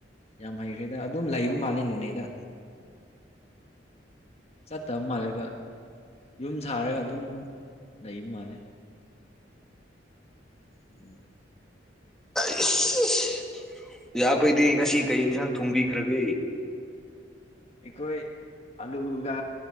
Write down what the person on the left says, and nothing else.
ꯌꯥꯝ ꯍꯩꯈ꯭ꯔꯦꯗ ꯑꯗꯨꯝ ꯂꯩꯕ ꯃꯥꯜꯂꯦ ꯅꯣꯅꯦꯗ ꯆꯠꯇꯕ ꯃꯥꯜꯂꯦꯕ ꯌꯨꯝ ꯁꯥꯔꯒ ꯑꯗꯨꯝ ꯂꯩꯕ ꯃꯥꯜꯂꯦ <inaudible>
ꯑꯩꯈꯣꯏ ꯑꯂꯨꯒ